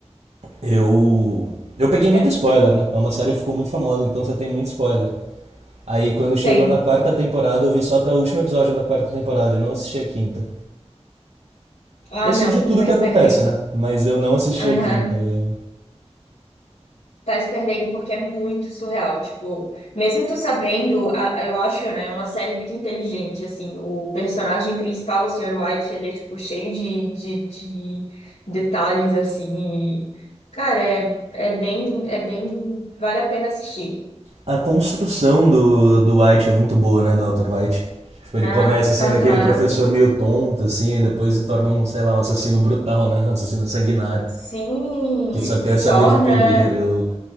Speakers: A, on the right; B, on the left.
A: Eu. Eu peguei
B: É.
A: muito spoiler, né? É uma série que ficou muito famosa, então você tem muito spoiler. Aí quando chegou
B: Tem.
A: na quarta temporada, eu vi só até o último episódio da quarta temporada e não assisti a quinta.
B: Ah,
A: Eu sei
B: não,
A: de tudo
B: tá
A: que
B: se
A: acontece,
B: perdendo.
A: né? Mas eu não assisti
B: Aham.
A: a quinta. É,
B: Tá se perdendo porque é muito surreal. Tipo, mesmo tu sabendo, a- eu acho, né, uma série muito inteligente, assim. O personagem principal, o Sr. White, ele é, tipo, cheio de, de, de detalhes, assim. e, cara, é, é bem, é bem, vale a pena assistir.
A: A construção do, do White é muito boa, né? Do Walter White. Tipo, ele
B: Ah,
A: começa sendo
B: Aham.
A: aquele professor meio tonto, assim, e depois se torna um, sei lá, um assassino brutal, né? Um assassino sanguinário.
B: Sim,
A: que
B: ele
A: só
B: se
A: quer saber
B: torna
A: de poder. Eu,